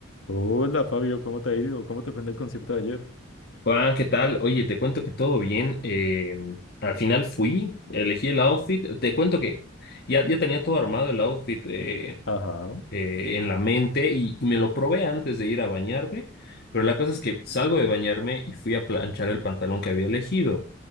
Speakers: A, on the left; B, on the left.
A: Hola Fabio, ¿cómo te ha ido? ¿Cómo te fue en el concierto de ayer?
B: Juan, ¿qué tal? Oye, te cuento que todo bien. eh, al final fui, elegí el outfit. Te cuento que ya, ya tenía todo armado el outfit eh,
A: Ajá,
B: eh, en la mente y, y me lo probé antes de ir a bañarme. Pero la cosa es que salgo de bañarme y fui a planchar el pantalón que había elegido.